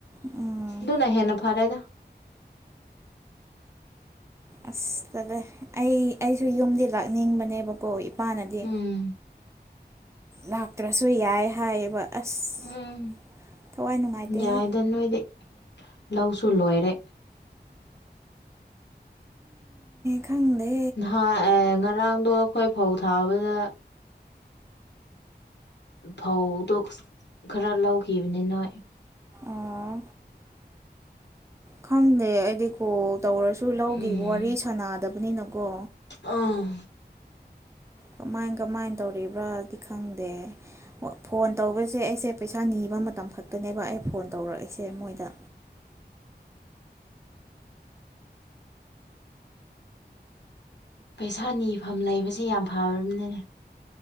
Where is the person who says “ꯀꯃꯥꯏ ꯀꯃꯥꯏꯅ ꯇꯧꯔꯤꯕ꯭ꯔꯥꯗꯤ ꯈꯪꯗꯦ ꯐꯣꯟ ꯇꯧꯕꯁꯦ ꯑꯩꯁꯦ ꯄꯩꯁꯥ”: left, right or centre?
Right